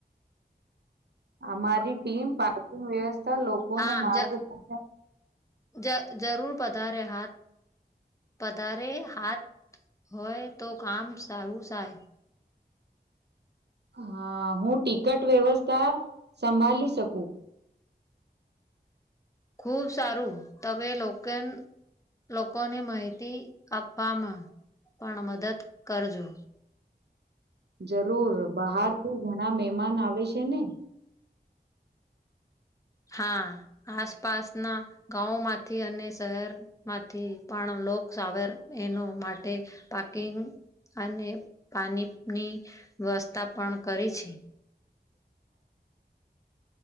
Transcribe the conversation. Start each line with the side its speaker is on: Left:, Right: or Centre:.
Right: અમારી ટીમ પાર્કિંગ વ્યવસ્થા લોકોને
Left: હા
Right: માર્ગદર્શન
Left: જ જ જરૂર પધારે હા પધારે હાથ હોય તો કામ સારું સાય
Right: હ હું ટિકટ વ્યવસ્થા સંભાલિ શકું.
Left: ખુબ સારું તમે લોકન લોકોને માહિતી આપવામાં પણ મદદ કરજો.
Right: જરૂર બહાર થી ઘણા મેમાન આવે છે ને
Left: હા આસપાસના ગાઓ માંથી અને શહેર માંથી પણ લોકસાવર એનું માટે પાર્કિંગ અને પાણીની વ્યવસ્થા પણ કરી છે.